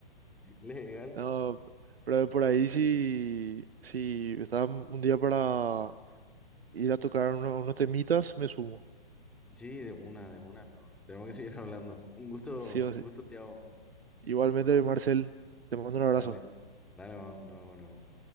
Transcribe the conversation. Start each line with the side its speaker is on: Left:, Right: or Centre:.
Centre: <laughs> Legal.
Right: No, pero por ahí sí, sí, estaba un día para ir a tocar uno- unos temitas, me sumo.
Centre: Sí, de una, de una, luego. Tenemos que seguir hablando. Un gusto,
Right: Sí o
Centre: un
Right: sí.
Centre: gusto, Tiago.
Right: Igualmente, Marcel, te mando un abrazo.
Centre: Dale, dale, man. No, no.